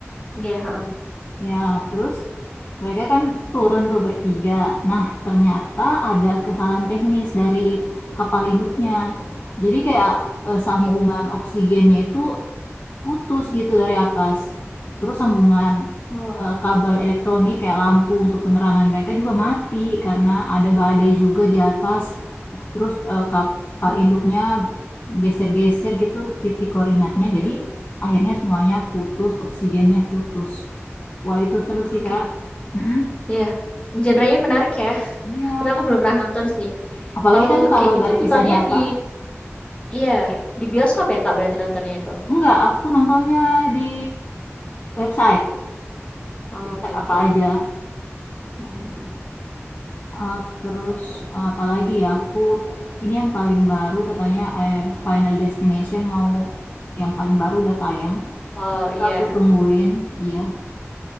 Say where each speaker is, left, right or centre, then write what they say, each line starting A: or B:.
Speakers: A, on the left (about 25°); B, on the left (about 40°).
A: Iya, heeh.
B: Ya, terus mereka kan turun tuh bertiga. Nah, ternyata ada kesalahan teknis dari kapal induknya. Jadi kayak eh, sambungan
A: Iya iya.
B: oksigennya itu putus gitu dari atas. Terus sambungan
A: Oh,
B: eh, kabel elektronik kayak lampu untuk penerangan mereka juga mati karena ada badai juga di atas terus eh, kapal
A: mhm.
B: induknya geser-geser gitu titik koordinatnya
A: Oke
B: jadi
A: oke.
B: akhirnya semuanya putus oksigennya putus wah itu seru
A: Oke.
B: sih kak Mm-mm.
A: Iya. Genrenya menarik ya, <laughs>
B: iya
A: tapi aku belum pernah nonton sih.
B: apalagi
A: Kalau
B: kan kalau
A: kayak gitu
B: dari
A: nontonnya
B: kisah nyata
A: di iya, di bioskop ya Kak berarti nontonnya itu?
B: enggak aku nontonnya di website
A: Oh,
B: website
A: oke
B: apa
A: oke.
B: aja
A: Mhm mhm.
B: Eh, terus
A: Oke.
B: eh, apalagi ya aku ini yang paling baru katanya eh, Final Destination mau yang paling baru udah tayang
A: Wow,
B: Itu
A: iya.
B: aku tungguin iya